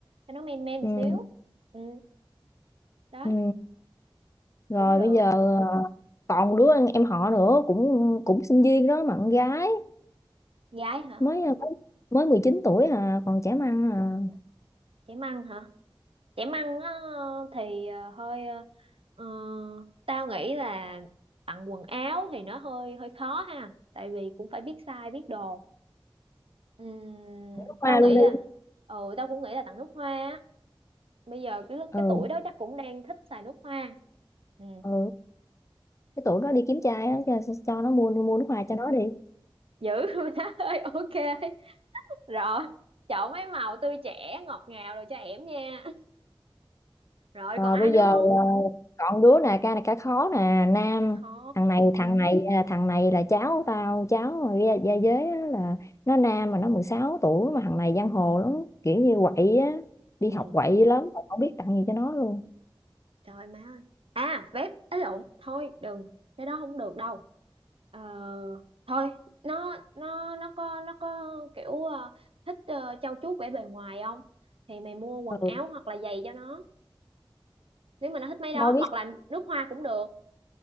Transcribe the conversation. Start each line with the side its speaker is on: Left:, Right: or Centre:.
Right: cho nó men men
Left: ừ,
Right: một xíu. Ừ, đấy,
Left: ừ. rồi
Right: cũng được.
Left: bây giờ ờ, còn đứa em em họ nữa cũng cũng sinh viên đó mà con gái
Right: Gái hả?
Left: mới mới 19 tuổi à còn trẻ măng à
Right: Trẻ măng hả? chẻ măng á thì ờ, hơi ờ, ờ, tao nghĩ là tặng quần áo thì nó hơi hơi khó ha tại vì cũng phải biết size biết đồ Ừm,
Left: Nước hoa
Right: tao nghĩ
Left: luôn đi
Right: là ừ tao cũng nghĩ là tặng nước hoa á bây giờ cái lúc- cái
Left: ừ
Right: tuổi đó chắc cũng đang thích xài nước hoa ừ
Left: ừ cái tụi nó đi kiếm trai á cho, cho nó mua mua nước hoa cho nó đi
Right: dữ <laughs> má ơi ok rồi chọn mấy màu tươi trẻ ngọt ngào rồi cho em nha rồi
Left: Ờ,
Right: còn ai
Left: bây
Right: nữa
Left: giờ
Right: không
Left: ờ, còn đứa nè ca này ca khó nè nam
Right: cha khó
Left: thằng này thằng này à, thằng này là cháu tao cháu mà gia, gia giới á, là nó nam mà nó 16 tuổi mà thằng này giang hồ lắm kiểu như quậy á đi
Right: ừ
Left: học quậy lắm mà không biết tặng gì cho nó luôn
Right: Trời ơi má ơi. À vép ấy lộn thôi đừng cái đó không được đâu ờ, thôi nó nó nó có nó có kiểu ờ, thích ờ, trau chuốt vẻ bề ngoài không thì mày mua quần
Left: ừ,
Right: áo hoặc là giày cho nó nếu mà nó thích mấy đó
Left: đâu biết
Right: hoặc là nước hoa cũng được